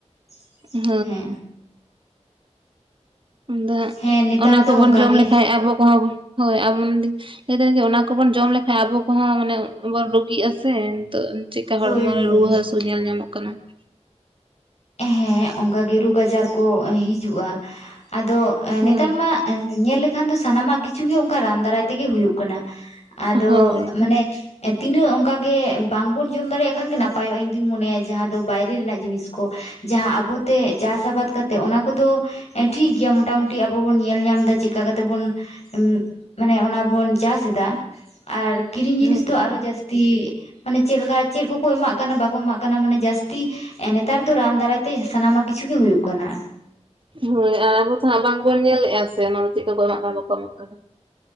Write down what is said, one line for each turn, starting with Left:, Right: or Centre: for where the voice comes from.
Left: <unintelligible>
Right: ᱦᱳᱭ
Left: ᱦᱮᱸ᱾
Right: ᱩᱱ ᱫᱚ ᱦᱟᱹᱜ <unintelligible>
Left: ᱦᱮᱸ ᱱᱮᱛᱟᱨ
Right: ᱚᱱᱟ
Left: ᱫᱚ
Right: ᱠᱚᱵᱚᱱ
Left: ᱚᱱᱠᱟ
Right: ᱡᱚᱢ
Left: ᱜᱮ
Right: ᱞᱮᱠᱷᱟᱡ ᱟᱵᱚ ᱠᱚᱦᱚᱸ ᱦᱚᱭ <unintelligible> ᱞᱟᱹᱭ ᱫᱟᱹᱧ ᱡᱮ ᱚᱱᱟ ᱠᱚᱵᱚᱱ ᱡᱚᱢ ᱞᱮᱠᱷᱟᱱ ᱟᱵᱚ ᱠᱚᱦᱚᱸ ᱢᱟᱱᱮ ᱵᱚᱱ ᱨᱩᱜᱤᱜᱼᱟ ᱥᱮ᱾ ᱛᱚ ᱪᱮᱫᱮᱠᱟ ᱦᱚᱲᱢᱚ
Left: ᱦᱳᱭ ᱦᱳᱭ
Right: ᱨᱮ ᱨᱩᱣᱟᱹ ᱦᱟᱹᱥᱩ ᱧᱮᱞ ᱧᱟᱢᱚᱜ ᱠᱟᱱᱟ᱾
Left: ᱦᱮᱸ ᱚᱱᱠᱟ ᱜᱮ ᱨᱥᱜᱽ ᱟᱡᱟᱨ ᱠᱚ ᱦᱤᱡᱩᱜᱼᱟ ᱟᱫᱚ
Right: ᱦᱳᱭ
Left: ᱱᱮᱛᱟᱨ ᱢᱟ ᱮ ᱧᱮᱞ ᱞᱮᱠᱷᱟᱱ ᱫᱚ ᱥᱟᱱᱟᱢᱟᱜ ᱠᱤᱪᱷᱩ ᱜᱮ ᱚᱱᱠᱟ ᱨᱟᱱ ᱫᱟᱨᱟᱭ ᱛᱮ ᱜᱮ ᱦᱩᱭᱩᱜ ᱠᱟᱱᱟ᱾ ᱟᱫᱚᱜ
Right: ᱦᱳᱭ
Left: ᱢᱟᱱᱮᱼᱼ ᱮᱸ ᱛᱤᱱᱟᱹᱜ ᱚᱱᱠᱟ ᱜᱮ ᱵᱟᱝ ᱵᱚᱱ ᱡᱚᱢ ᱫᱟᱲᱮᱭᱟᱜ ᱠᱷᱟᱱ ᱜᱮ ᱱᱟᱯᱟᱭᱚᱜ-ᱟ ᱤᱧ ᱫᱩᱧ ᱢᱚᱱᱮᱭᱟ ᱡᱟᱦᱟᱸ ᱫᱚ ᱵᱟᱭᱨᱮ ᱨᱮᱱᱟᱜ ᱡᱤᱱᱤᱥᱼᱼ ᱠᱚ ᱡᱟᱦᱟᱸ ᱟᱵᱚ ᱛᱮ ᱪᱟᱥ ᱟᱵᱟᱫᱽ ᱠᱟᱛᱮᱜ ᱚᱱᱟ ᱠᱚᱫᱚᱼᱼ ᱮᱸ ᱴᱷᱤᱠ ᱜᱮᱭᱟ ᱢᱚᱴᱟᱼᱢᱩᱴᱤ ᱟᱵᱚ ᱵᱚᱱ ᱧᱮᱞ‌ ᱧᱟᱢᱼᱼ ᱫᱟ ᱪᱮᱠᱟ ᱠᱟᱛᱮᱜ ᱵᱩᱱ <inaudible> ᱩᱸᱢ <inaudible> ᱢᱟᱱᱮ ᱚᱱᱟ ᱵᱚᱱ ᱪᱟᱥᱮᱫᱟ <inaudible> ᱟᱨᱼᱼ ᱠᱤᱨᱤᱧ ᱡᱤᱱᱤᱥ
Right: ᱦᱳᱭ
Left: ᱫᱚ ᱟᱨᱚ ᱡᱟᱹᱥᱼᱼ ᱛᱤ ᱢᱟᱱᱮ ᱪᱮᱫ ᱞᱮᱠᱟ ᱪᱮᱜ ᱠᱚᱠᱚ ᱮᱢᱟᱜ ᱠᱟᱱᱟ ᱵᱟᱠᱚ ᱮᱢᱟᱜ ᱠᱟᱱᱟ ᱢᱟᱱᱮ ᱡᱟᱹᱥᱛᱤ ᱮᱸ ᱱᱮᱼᱼ ᱱᱮᱛᱟᱨ ᱫᱚ ᱨᱟᱱ ᱫᱟᱨᱟᱭ ᱛᱮ ᱥᱟᱱᱟᱢᱟᱜ ᱠᱤᱪᱷᱩ ᱜᱮ ᱦᱩᱭᱩᱜ ᱠᱟᱱᱟ᱾
Right: ᱦᱚᱭ ᱟᱨ ᱟᱵᱚ ᱛᱚ ᱦᱟᱸᱜ ᱵᱟᱝ ᱵᱚᱱ ᱧᱮᱞᱮᱜ-ᱟ ᱥᱮ ᱚᱱᱟ ᱫᱚ ᱪᱮᱫ ᱠᱟ ᱠᱚ ᱮᱢᱟᱜ ᱠᱟᱱᱟ ᱵᱟᱠᱚ ᱮᱢᱟᱜ ᱠᱟᱱᱟ᱾